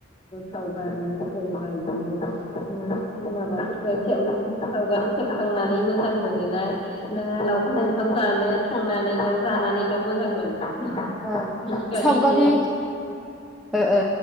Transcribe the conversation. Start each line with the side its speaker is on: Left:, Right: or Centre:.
Left: सावगारि जेनेबा बिदिनो <inaudible> माबाफोरफोरखौ सावगारि सेबखांनानै मोजां मोनो ना ना लावखाराज ओंखाम जानो थांनानैल' जानानैल' मोजां मोनो?
Centre: ओ
Left: बिनि बागै
Centre: सावगारि
Left: एसे
Centre: ओ ओ